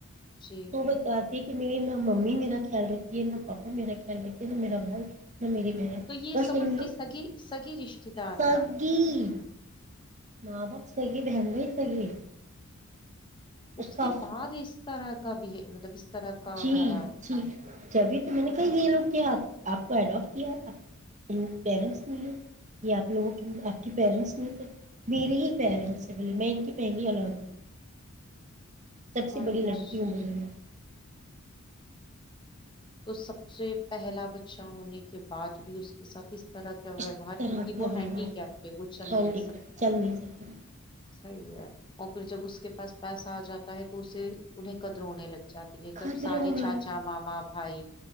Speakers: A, on the left (about 20°); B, on the right (about 35°).
A: جی
B: تو بتا کہ میری نہ ممی میرا خیال رکھیے نہ پاپا میرا خیال رھیتیے نہ میرا بال میری بہن
A: تو یہ
B: بس
A: سب
B: ہندو
A: ان کی سگی سگی رشتے دار
B: سگی
A: ہے
B: ماں باپ سگی بہن سگی اس کا
A: کے بعد اس طرح کا بھی ہے مطلب اس طرح کا
B: جی
A: ویوہار
B: جی جبھی تو میں نے کہی یہ لوگ کیا آپ آپ کو اڈاپٹ کیا آ ان پیرنٹس نہیں ہے یہیا آپ لوگوں کی آپ کے پیرنٹس نہیں تھے میرے ہی پیرنٹس ہیں بولے میں ان کی پہلی آلاگ سب سے
A: اچھا
B: بڑی لڑکی ہوں بولے میں
A: تو سب سے پہلا بچہ ہونے کے بعد بھی اس کے ساتھ اس طرح ویوہار
B: اس طرح
A: کیونکہ
B: کا
A: وہ
B: بول
A: ہینڈی
B: رہا
A: کیپ ہے وہ چل
B: ٹھنڈ
A: نہیں سکتا
B: کے چل نہیں سکتی
A: صحیح ہے اور پھر جب اس کے پاس پیسہ آ جاتا ہے تو اسے انہیں قدر ہونے لگتا چاہتی ہے
B: خطرے
A: تب سارے
B: ہونے
A: چاچا ماما ہھائی